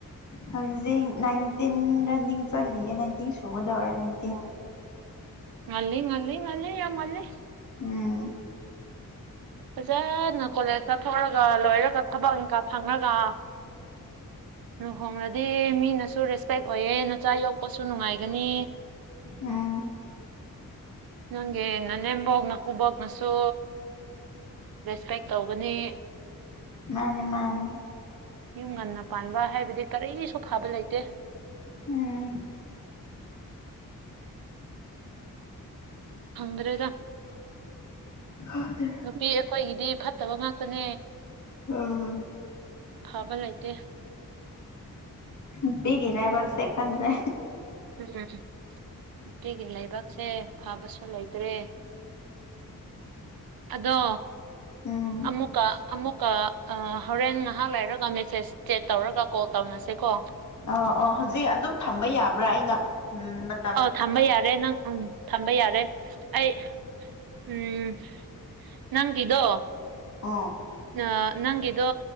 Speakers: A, on the left (about 55°); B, on the right (about 85°).
A: ꯍꯧꯖꯤꯛ ꯅꯥꯏꯟꯇꯤꯟ ꯔꯟꯅꯤꯡ ꯆꯠꯂꯤꯌꯦ ꯅꯥꯏꯟꯇꯤꯟ ꯁꯨꯒꯗꯧꯔꯦ ꯅꯥꯏꯟ
B: ꯎꯃꫭꯔꫭꯛ ꯃꯍꯤ ꯉꯥꯟꯂꯤ ꯉꯥꯟꯂꯤ ꯉꯥꯟꯂꯤ ꯌꯥꯝ ꯉꯥꯟꯂꯤ
A: ꯎꯝ꯫
B: ꯐꯖꯅꯥ ꯀꯣꯂꯦꯖ ꯆꯠꯊꯣꯛꯔꯒ ꯂꯣꯏꯔꯒ ꯊꯕꯛ ꯏꯪꯀ ꯐꯪꯉꯒ ꯂꯨꯍꯣꯡꯂꯗꯤ ꯃꯤꯅꯁꯨ ꯔꯦꯁꯄꯦꯛ ꯑꯣꯏꯑꯦ ꯅꯆꯥ ꯌꯣꯛꯄꯁꯨ ꯅꯨꯡꯉꯥꯏꯒꯅꯤ
A: ꯎꯝ꯫
B: ꯅꯪꯒꯤ ꯅꯥꯅꯦꯕꫭꯛ ꯅꯥꯀꯨꯕꫭꯛꯅꯁꯨ ꯔꯦꯁꯄꯦꯛ ꯇꯧꯒꯅꯤ
A: ꯃꯥꯅꯦ ꯃꯥꯅꯦ
B: ꯌꯨꯝ ꯉꯟꯅꯥ ꯄꯥꯟꯕ ꯍꯥꯏꯕꯗꯤ ꯀꯔꯤꯁꯨ ꯐꯥꯕ ꯂꯩꯇꯦ꯫
A: ꯎꯝ꯫
B: ꯐꯪꯗ꯭ꯔꯦꯗꯥ
A: ꯍꯥꯏꯗꯦ
B: ꯗꯤ ꯑꯩꯈꯣꯏꯒꯤꯗꯤ ꯐꯠꯇꯕ ꯉꯥꯛꯇꯅꯦ
A: ꯎꯝ
B: ꯐꯥꯕ ꯂꯩꯇꯦ꯫
A: ꯅꯨꯄꯤꯒꯤ ꯂꯩꯕꯥꯛ ꯁꯦ ꯈꯪꯗ꯭ꯔꯦ꯫
B: <unintelligible> ꯅꯨꯄꯤꯒꯤ ꯂꯩꯕꯥꯛꯁꯦ ꯐꯥꯕꯁꯨ ꯂꯩꯇ꯭ꯔꯦ꯫ ꯑꯗꯣ
A: ꯎꯝ
B: ꯑꯃꯨꯛꯀ ꯑꯃꯨꯛ ꯀꯥ ꯑ ꯍꯣꯔꯦꯟ ꯉꯍꯥꯛ ꯂꯩꯔꯒ ꯃꯦꯁꯦꯁ ꯆꯦꯠ ꯇꯧꯔꯒ ꯀꯣꯜ ꯇꯧꯅꯁꯦ ꯀꯣ
A: ꯑ ꯑ ꯍꯧꯖꯤꯛ ꯑꯗꯨꯝ ꯊꯥꯝꯕ ꯌꯥꯕ꯭ꯔꯥ ꯑꯩꯅ ꯎꯝ ꯃꯥ
B: ꯑꯥꯎ ꯊꯥꯝꯕ ꯌꯥꯔꯦ ꯅꯪ ꯎꯝ ꯊꯥꯝꯕ ꯌꯥꯔꯦ ꯑꯩ ꯎꯝ ꯅꯪꯒꯤꯗꯣ
A: ꯑꯥ
B: ꯑꯥ ꯅꯪꯒꯤꯗꯣ